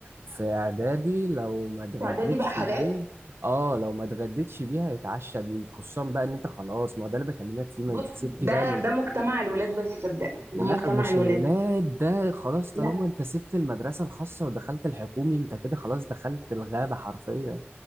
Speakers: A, on the right; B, on the right.
A: في اعدادي لو ما اتغديتش
B: اعدادي بقى حلال
A: بيه اه لو ما اتغديتش بيه هيتعشى بيه خصوصا بقى ان انت خلاص ما هو ده اللي بكلمك فيه ما
B: بص
A: انت سبتي
B: ده
A: بقى ال...
B: ده مجتمع الولاد بس صدقني ده
A: لا
B: مجتمع
A: مش
B: الولاد
A: الولاد ده خلاص
B: لا
A: طالما انت سبت المدرسة الخاصة ودخلت الحكومي انت كده خلاص دخلت الغابة حرفيا